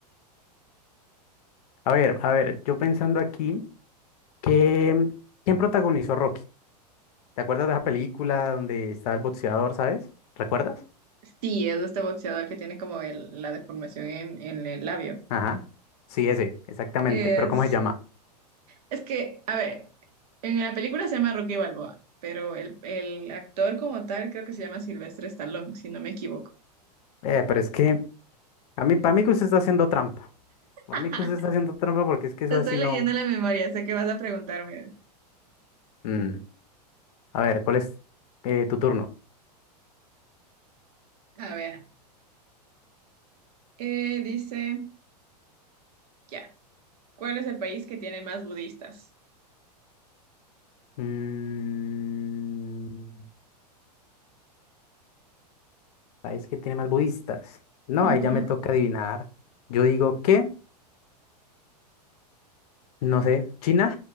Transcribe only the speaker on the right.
Sí, es de este boxeador que tiene como el- la deformación en, en el labio.
Es,
es que, a ver, en la película se llama Rocky Balboa, pero el, el actor como tal creo que se llama Silvestre Stallone, si no me equivoco.
<laughs>
Te estoy
leyendo
la memoria, sé que vas a preguntarme.
A ver, eh, dice, ya, ¿cuál es el país que tiene más budistas?
Ujú.
<laughs>